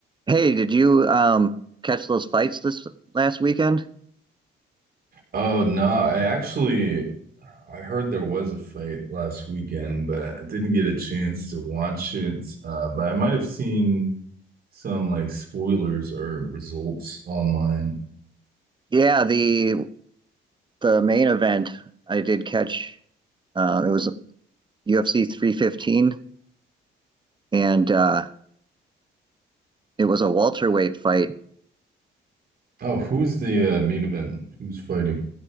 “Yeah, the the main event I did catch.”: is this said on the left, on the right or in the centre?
Right